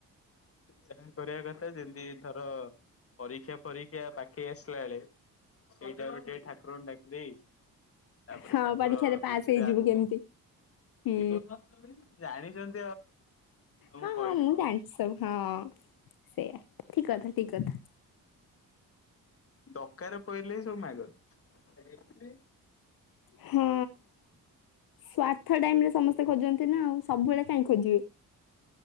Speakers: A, on the left; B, on the left.
A: ଯାହା କରିବା କଥା ଯେମିତି ଧର ପରୀକ୍ଷା ପରୀକ୍ଷା ପାଖେଇ ଆସିଲା ବେଳେ ଏଇଟା ଗୋଟେ ଠାକୁରଙ୍କୁ ଡାକି ଦେଇ ତାପରେ
B: ହଁ
A: ଠାକୁର
B: ପରୀକ୍ଷାରେ ପାସ୍
A: ବୁଝିବେ
B: ହେଇଯିବୁ
A: ଆଗକୁ
B: କେମିତି ହୁଁ
A: କଣ ଆଜ୍ଞା ଜାଣି ଚ, ମୁଁ
B: ହଁ
A: କହିବି
B: ହଁ
A: କଣ?
B: ଜାଣିଛି ସବୁ ହଁ ସେଇୟଆ ଠିକ କଥା ଠିକ କଥା।
A: ଦକାରେ ପଇଲେ ହି ସବୁ ମାଗନ୍ତି।
B: ହଁ ସ୍ଵାର୍ଥ ଟାଇମ ରେ ସମସ୍ତେ ଖୋଜନ୍ ତି ନାଉ, ସବୁବେଳେ କାଇଁ ଖୋଜିବେ?